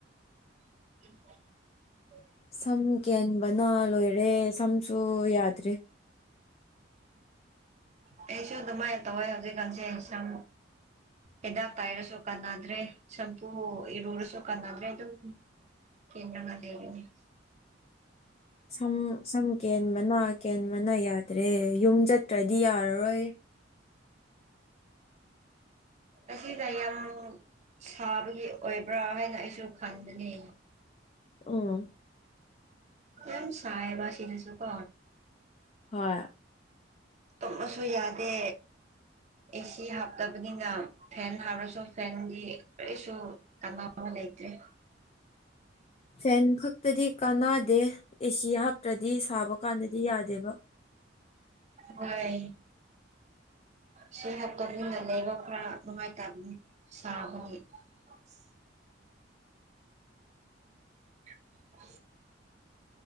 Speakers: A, on the right; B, on the left.
A: <inaudible>
B: ꯁꯝ ꯀꯦꯟꯕꯅ ꯂꯣꯏꯔꯦ ꯁꯝꯁꯨ ꯌꯥꯗ꯭ꯔꯦ
A: ꯄꯩꯁꯨ ꯑꯗꯨꯃꯥꯏ ꯇꯧꯏ ꯍꯧꯖꯤꯛꯀꯁꯦ ꯁꯝ ꯍꯤꯗꯥꯛ ꯄꯥꯏꯔꯁꯨ ꯀꯥꯟꯅꯗ꯭ꯔꯦ ꯁꯝꯄꯨ ꯏꯔꯨꯔꯁꯨ ꯀꯥꯟꯅꯗ꯭ꯔꯦ ꯑꯗꯨꯝ ꯆꯟꯅꯉꯗꯦꯕꯤꯅꯤ <inaudible>
B: ꯁꯝ ꯁꯝ ꯀꯦꯟꯕꯅ ꯀꯦꯟꯕꯅ ꯌꯥꯗ꯭ꯔꯦ ꯌꯨꯝ ꯆꯠꯇ꯭ꯔꯗꯤ ꯌꯥꯔꯔꯣꯏ ꯍ <inaudible>
A: ꯑꯁꯤꯁꯏ ꯌꯥꯝ ꯁꯥꯕꯒꯤ ꯑꯣꯏꯕ꯭ꯔꯥ ꯍꯥꯏꯅ ꯑꯩꯁꯨ ꯈꯟꯕꯅꯤ
B: ꯎꯝ
A: ꯌꯥꯝ ꯁꯥꯏꯕ ꯁꯤꯗꯁꯨꯀꯣ
B: ꯍ
A: ꯇꯨꯝꯃꯁꯨ ꯌꯥꯗꯦ ꯑꯦꯁꯤ ꯍꯥꯞꯇꯕꯅꯤꯅ ꯐꯦꯟ ꯍꯥꯞꯔꯁꯨ ꯐꯦꯟꯒꯤ ꯀꯔꯤꯁꯨ ꯀꯅꯥ ꯑꯃ ꯂꯩ ꯦ <unintelligible>
B: ꯐꯦꯟ ꯈꯛꯇꯗꯤ ꯀꯥꯟꯅꯗꯦ ꯑꯦꯁꯤ ꯍꯥꯞꯇ꯭ꯔꯗꯤ ꯁꯥꯕ ꯀꯥꯟꯗꯗꯤ ꯌꯥꯗꯦꯕ
A: ꯍꯣꯢ ꯁꯤ ꯍꯦꯛꯇꯅ ꯂꯩꯕ ꯈꯔ ꯅꯨꯡꯉꯥꯏꯇꯕꯅꯤ ꯁꯥꯕꯅꯤ ꯑꯁ <unintelligible>